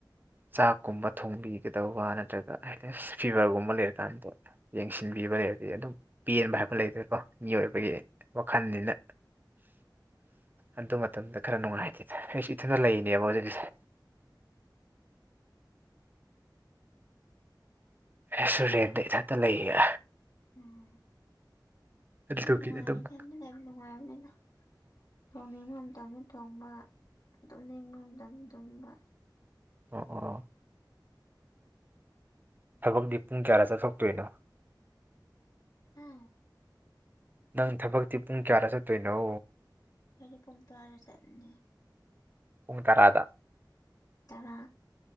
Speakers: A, on the right; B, on the left.
A: ꯆꯥꯛꯀꯨꯝꯕ ꯊꯣꯡꯕꯤꯒꯗꯧꯕ ꯅꯠꯇ꯭ꯔꯒ ꯍꯥꯏꯗꯤ ꯐꯤꯕꯔꯒꯨꯝꯕ ꯂꯩꯔꯀꯥꯟꯗ ꯌꯦꯡꯁꯤꯟꯕꯤꯕ
B: ꯎꯝ
A: ꯂꯩꯔꯗꯤ ꯑꯗꯨꯝ ꯄꯦꯟꯕ ꯍꯥꯏꯕ ꯂꯩꯗꯅꯀꯣ ꯃꯤꯑꯣꯏꯕꯒꯤ ꯋꯥꯈꯜꯅꯤꯅ ꯑꯗꯨ ꯃꯇꯝꯗ ꯈꯔ ꯅꯨꯡꯉꯥꯏꯇꯦ ꯑꯩꯁꯨ ꯏꯊꯟꯗ ꯂꯩꯔꯤꯅꯦꯕ ꯍꯧꯖꯤꯛꯀꯤꯁꯦ ꯑꯩꯁꯨ ꯔꯦꯟꯗ ꯏꯊꯛꯇ ꯂꯩꯌꯦ
B: ꯎꯝ ꯏꯊꯟꯇꯥ
A: ꯑꯗꯨꯒꯤ ꯑꯗꯨꯝ
B: ꯂꯩꯕ ꯅꯨꯡꯉꯥꯏꯕꯅꯤꯗ ꯊꯣꯡꯅꯤꯡꯕ ꯃꯇꯝꯗ ꯊꯣꯡꯕ ꯇꯨꯝꯅꯤꯡꯕ ꯃꯇꯝ ꯇꯨꯝꯕ
A: ꯑꯣ ꯑꯣ ꯊꯕꯛꯇꯨ ꯄꯨꯡ ꯀꯌꯥꯗ ꯆꯠꯊꯣꯛꯇꯣꯏꯅꯣ
B: ꯍꯝ
A: ꯅꯪ ꯊꯕꯛꯇꯤ ꯄꯨꯡ ꯀꯌꯥꯗ ꯆꯠꯇꯣꯏꯅꯣ
B: ꯑꯩꯗꯤ ꯄꯨꯡ ꯇꯔꯥꯗ ꯆꯠꯂꯅꯦ
A: ꯄꯨꯡ ꯇꯔꯥꯗ
B: ꯇꯔꯥ